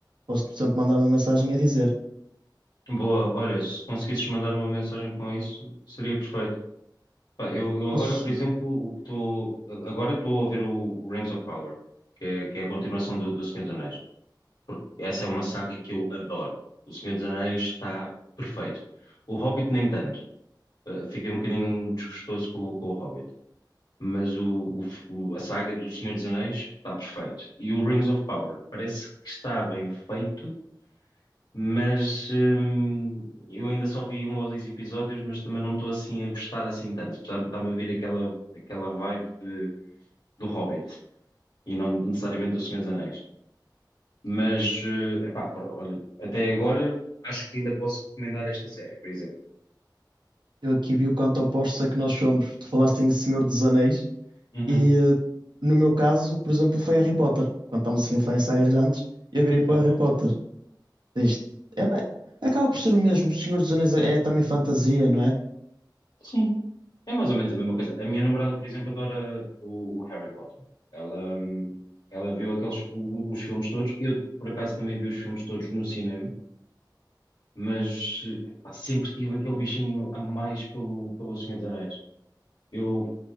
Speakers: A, on the right (about 70°); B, on the left (about 65°).
A: posso, por exemplo, mandar uma mensagem a dizer:
B: Boa, olha, se conseguisses mandar uma mensagem com isso, seria perfeito. Pá, eu, eu
A: Posso,
B: agora, por exemplo, o que estou. Agora estou a ver o Rings of Power, que é, que é a continuação do, do Senhor dos Anéis, porque essa é uma saga que eu adoro. O Senhor dos Anéis está perfeito. O Hobbit, nem tanto. Eh, Fiquei um bocadinho desgostoso com, o- com o Hobbit. Mas o, o f- o- a saga do Senhor dos Anéis está perfeito. E o Rings of Power parece que está bem feito mas hum, eu ainda só vi um ou dois episódios, mas também não estou assim a gostar assim tanto. Está- Está-me a vir aquela, aquela vibe de, do Hobbit e não necessariamente do Senhor dos Anéis. Mas, eh, epá, pá, olha, até agora acho que ainda posso recomendar esta série, por exemplo.
A: eu aqui vi o quanto opostos é que nós somos. Tu falaste em Senhor dos Anéis,
B: Uhum,
A: e eh, no meu caso, por exemplo, foi Harry Potter. Quando estamos assim a falar em sagas grandes, eu virei para
B: ok.
A: o Harry Potter. Diz, é, bem, acaba por ser o mesmo. O Senhor dos Anéis é, é também fantasia, não é? Por
B: Sim, é mais ou menos a mesma coisa. A minha namorada, por exemplo, adora o, o Harry Potter. Ela, hum, ela viu aqueles, o- os filmes todos. Eu, por acaso, também vi os filmes todos no cinema. mas eh, pá, sempre tive aquele bichinho a mais pelo, pelo Senhor dos Anéis. Eu,